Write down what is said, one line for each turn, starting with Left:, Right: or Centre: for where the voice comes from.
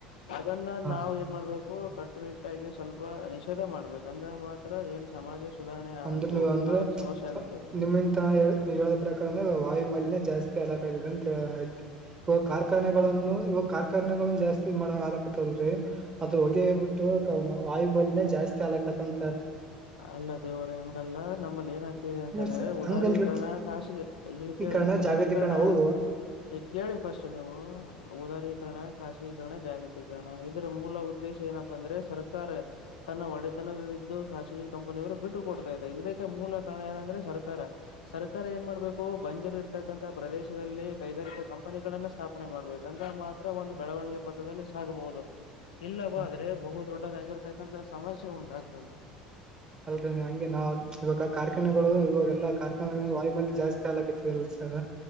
Left: ಹಾಗನ್ನ
Right: ಹ
Left: ನಾ ಏನ್ ಮಾಡ್ಬೇಕು. ಹೂಂ ಕಂಡ್ರಿ <inaudible> ಸ್ವಲ್ಪ ನಿಷೇಧ ಮಾಡ್ಬೇಕ ಅಂದ್ರ ಮಾತ್ರ ಏನ್ ಸಮಾಜ ಸುಧಾರಣೆ
Right: ಅಂದ್ರೆ
Left: ಆಗ್ಬಹುದು
Right: ನೀವು ಅಂದ್ರೆ
Left: ಇಲ್ಲಾಂದ್ರೆ ಸಮಸ್ಯೆ ಆಗುತ್ತೆ
Right: ನಿಮ್ಮಂತ ನೀವ್ ಹೇಳದ ಪ್ರಕಾರಂದ್ರೆ ವಾಯು ಮಾಲಿನ ಜಾಸ್ತಿ ಹಲಾಕ್ ಆ <unintelligible> ಅಂತ ಹೇಳ ಆಯ್ತು. ಇವಾಗ ಕಾರ್ಖಾನೆಗಳನ್ನು ಇವಾಗಾರ್ <unintelligible> ಕನ್ಯಗಳು ಜಾಸ್ತಿ ಮಾಡ ಆಲಕತ್ತವಲ್ರಿ <unintelligible> ಅದ್ರ ಹೊಗೆಬಿಟ್ಟು. ವಾಯು ಬಳಿನೇ ಜಾಸ್ತಿ ಅಲ್ಲಕತಾಂತ
Left: ಅಲ್ಲ <unintelligible> ದೇವ್ರ ಹಂಗಲ್ಲ ನಮ್ಮಲ್ಲಿ ಏನಾಗ್ತಿದೆ ಅಂತಂದ್ರೆ
Right: ಅಂದ್ರೆ ಸರ್
Left: ಉದಾರೀಕರಣ
Right: ಹಂಗಲ್ರಿ
Left: ಖಾಾಸಿಗೆ ಇಲ್ಲಿ
Right: ಈ
Left: ಕೇಳಿ
Right: ಕಾರಣ
Left: ಉದಾರೀಕರಣ
Right: ಜಾಗತೀಕರಣ ಹೌದು
Left: ಇ <unintelligible> ಕೇಳಿ ಫಸ್ಟ್ ನೀವು ದಾರೀಕರಣ ಖಾಸಗೀಕರಣ ಜಾಗತೀಕರಣ ಇದರ ಮೂಲ ಉದ್ದೇಶ ಏನಪ್ಪಾ ಅಂದ್ರೆ ಸರ್ಕಾರ ತನ್ನ ಒಡೆತನದಲ್ಲಿದ್ದು ಖಾಸಗಿ ಕಂಪನಿಯವರು ಬಿಟ್ಟು ಕೊಡ್ತಾ ಇದೆ ಇದಕ್ಕೆ ಮೂಲ ಕಾರಣ ಯಏಾರಂದ್ರೆ ಸರ್ಕಾರ ಸರ್ಕಾರ ಏನ್ ಮಾಡ್ಬೇಕು ಬಂಜರ್ ಇರ್ತಕ್ಕಂತಥ ಪ್ರದೇಶದಲ್ಲಿ ಕೈಗಾರಿಕಾ ಕಂಪನಿಗಳನ್ನ ಸ್ಥಾಪನೆ ಮಾಡ್ಬೇಕು ಅಂದ್ರ ಮಾತ್ರ ಒಂದು ಬೆಳವಣಿಗೆ ಪಥದಲ್ಲಿ ಸಾಗಬಹುದು. ಇಲ್ಲವ
Right: ಹ
Left: ಆದ್ರೆ ಬಹು. ದೊಡ್ಡದಾಗಿರ್ತಕ್ಕಂತ ಸಮಸ್ಯೆ ಉಂಟಾಗ್ತದ
Right: ಅಲ್ದೇ ಹಂಗೆ ನಾ ಇವಾಗ ಕಾರ್ಖಾನೆಗಳು ಇವಾಗೆಲ್ಲಾರ್. <inaudible> ವಾಯುಮಾಲಿನ್ಯ ಜಾಸ್ತಿ ಆಕ್ತರಲ್ಲ <unintelligible> ಸರ